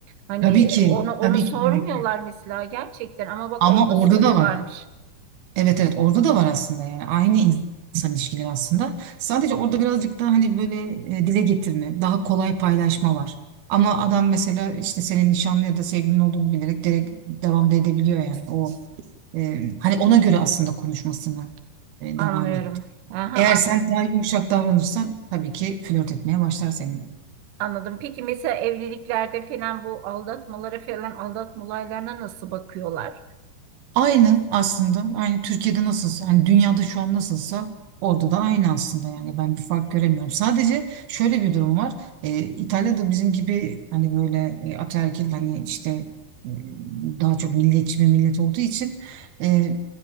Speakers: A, on the right; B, on the right.
A: Hani
B: Tabii
A: e,
B: ki,
A: onu onu
B: tabii
A: sormuyorlar
B: ki, tabii ki.
A: mesela gerçekten ama bak
B: Ama
A: orada
B: orada
A: soruyorlarmış.
B: da var. Evet evet orada da var aslında yani aynı in- insan ilişkileri aslında. Sadece orada birazcık daha hani böyle e, dile getirme, daha kolay paylaşma var. Ama adam mesela işte senin nişanlı ya da sevgilin olduğunu bilerek direkt devam da edebiliyor yani. O e, hani ona göre aslında konuşmasına e,
A: Anlıyorum.
B: devam et.
A: Aha,
B: Eğer
A: an-
B: sen daha yumuşak davranırsan tabii ki flört etmeye başlar seninle.
A: anladım. Peki mesela evliliklerde falan bu aldatmalara falan aldatma olaylarına nasıl bakıyorlar?
B: Aynı aslında. Aynı Türkiye'de nasılsa, hani dünyada şu an nasılsa orada da aynı aslında yani ben bir fark göremiyorum. Sadece şöyle bir durum var. Ee, İtalya'da bizim gibi hani böyle e, ataerkil hani işte e, daha çok milliyetçi bir millet olduğu için e,